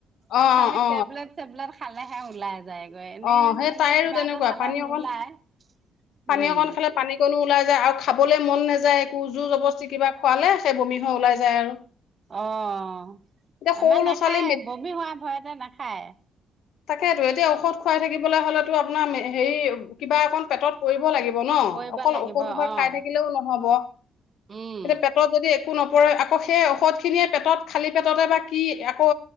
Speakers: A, on the left; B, on the right.
A: অ
B: এ খালি
A: অ
B: টেবলেট-চেবলেট খালেহে ওলাই যায়। এনে
A: অ সেই
B: ধৰি
A: তাইৰো
B: লোৱা কিবা
A: তেনেকুৱা
B: এটা খালে
A: পানী
B: নোলায়,
A: অকণ পানী
B: উম,
A: অকণ খালে পানী কণো ওলাই আৰু খাবলৈ মন নাযায় একো, জুৰ-জবস্তি কিবা খোৱালে সেই বমি হৈ ওলাই যায় আৰু।
B: অ',
A: এতিয়া সৰু
B: আমাৰ
A: ল'ৰা
B: নাখায়,
A: ছোৱালী
B: বমি হোৱা ভয়তে নাখায়।
A: তাকেইতো। এতিয়া ঔষধ খুৱাই থাকিবলে হ'লেতো আপোনাৰ হেৰি কিবা অকন পেটত পৰিব লাগি ন',
B: কৰিব
A: অকল
B: লাগিব
A: ঔষধ সোপা
B: অ'।
A: খাই থাকিলেও নহব,
B: উম
A: এতিয়া পেটত যদি একো ন পৰে আকৌ সেই ঔষধখিনিয়ে পেটত খালী পেটতে বা কি আকৌ